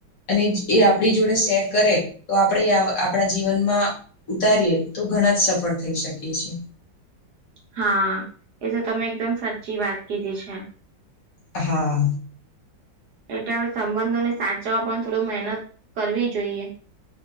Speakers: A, on the left; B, on the right.
A: અને એ આપણી જોડે શેર કરે તો આપણે આપણા જીવનમાં ઉતારીએ તો ઘણા જ સફળ થઈ શકીએ છે.
B: હા એ તો તમે એકદમ સાચી વાત કીધી છે.
A: હા.
B: એટલે આપણે સંબંધોને સાચવવા પણ થોડું મહેનત કરવી જોઈએ.